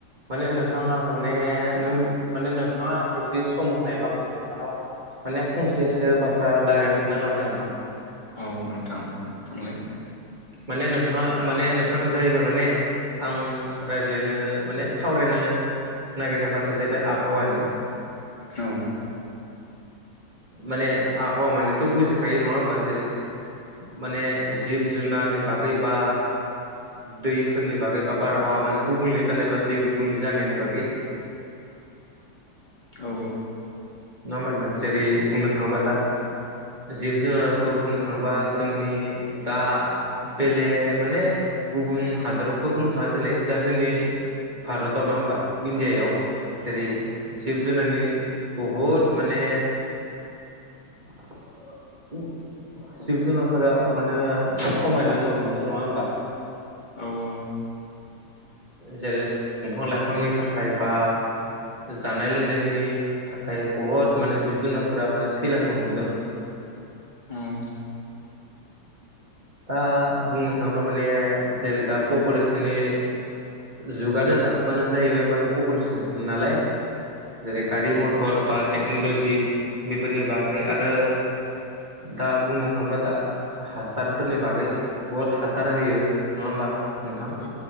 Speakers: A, on the right; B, on the left.
A: माने नोंथाङा माने नों माने नोंथाङा जुदि सम होनायबा आं नोंथांनाव माने फंसेसो बा बाथ्रा रायलायनो सानाङा आरो नोंथां
B: औ नोंथां सोंलाय
A: माने नोंथाङा माने नोंथाङा जायबा माने आं लायनो माने सावरायनो नागिरनाय बाथ्राया जाहैबाय आबहावानि
B: औ
A: माने आबहावा मानेथ' बुजिखायो नङा होमबा जेरै माने जिब जुनारनि बागै बा दैफोरनि बागै बा बारहावा माने गुबुंले जानाय बा दै गुबुंले जानायनि बागै
B: औ
A: नङा होमबा नोंथां जेरै बुंनो थाङोबा दा जिब जुनारखौ बुंनो थाङोबा जोंनि दा बेले माने गुबुन हादरखौ बुंनो थाङा नालाय दा जोंनि भारताव नङा होमबा इण्डियायाव जेरै
B: औ
A: जिब जुनारनि बहुत माने औ जिब जुनारफोरा माने खमायलांनो हमदों नङा होमबा
B: औ औ
A: जेरै दंफां लाइफांनि थाखाय बा जानाय लोंनायनि थाखाय बहुत माने जिब जुनारफोरा माने थैलांनो हमदों
B: औ
A: दा बुंनो थाङोब्ला माने जेरै दा पपुलेसननि जुगानो दा मानो जाहैबाय पपुलेसन नालाय जेरै गारि मथर बाथ टेक्न'लजि बेफोरनि बागै आरो दा बुंनो थाङोब्ला दा हासारफोरनि बागै बहुद हासार होयो नङा होमबा नोंथां
B: औ